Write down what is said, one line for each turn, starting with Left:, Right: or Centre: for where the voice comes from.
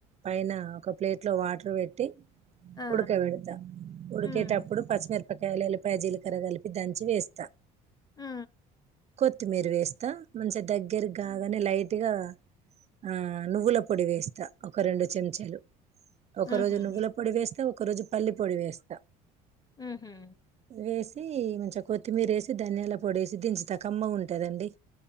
Right: పైన ఒక ప్లేట్ లో వాటర్ పెట్టి
Left: ఆ!
Right: ఉడుక విడతా ఉడుకేటప్పుడు
Left: హ్మ్.
Right: పచ్చిమర్ పకాయలు ప్యాజీల కర కలిపి దంచి వేస్తా
Left: ఆ
Right: కొత్త కొత్తిమరు వేస్తా మంచిగా దగ్గరకి కాగానే లైట్ గట్టిగా ఆ నువ్వుల పొడి వేస్తా ఒక రెండు చెంచాలు ఒక
Left: హుహు.
Right: రోజు నువ్వుల పొడి వేస్తా ఒక రోజు పల్ల పొడి వేస్తా
Left: హుహు.
Right: వేస్త మంచిగా కొత్తిమీర వేసి ధనియాల పొడి వేసి దించతకమ్మ ఉంటుంది ఉంటదండి